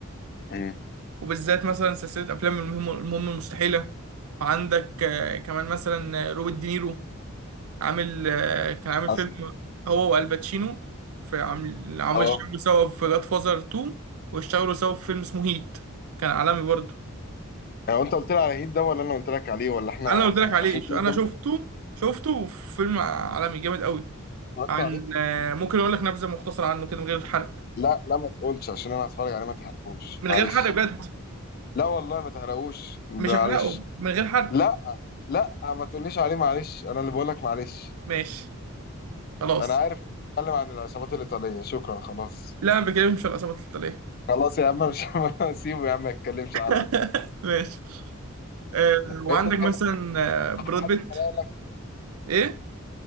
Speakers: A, on the left; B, on the right.
A: مم.
B: وبالذات مثلا سلسلة أفلام المهم المهم المستحيلة وعندك آه، كمان مثلا آه، روبرت دينيرو عامل آه، كان عامل
A: حسن
B: فيلم هو والباتشينو في عامل عامل
A: اه
B: اشتغلوا سوا في جاد فازر 2 واشتغلوا سوا في فيلم اسمه هيت كان عالمي برضه
A: هو انت قلت لي على هيد ده ولا انا قلت لك عليه ولا احنا
B: أنا قلت لك عليه
A: عشان
B: ش-
A: كده
B: أنا
A: قدام
B: شفته شفته في فيلم عالمي جامد قوي
A: اتفرجت
B: عن
A: عليه
B: آه، ممكن أقول لك نبذة مختصرة عنه كده من غير حرق
A: لا لا ما تقولش عشان انا هتفرج عليه ما تحرقوش
B: من
A: معلش
B: غير حرق بجد
A: لا والله ما تحرقوش معلش
B: مش هحرقه من غير حرق
A: لا لا ما تقوليش عليه معلش انا اللي بقول لك معلش
B: ماشي خلاص
A: انا عارف اتكلم عن العصابات الايطاليه شكرا خلاص
B: لا ما بكلمش عن العصابات القتالية
A: خلاص يا عم مش <laughs> سيبه يا عم ما يتكلمش عنه
B: <laughs> ماشي آه، وعندك
A: انت تحب
B: مثلا آه، براد
A: حد يحرق
B: بيت
A: لك
B: ايه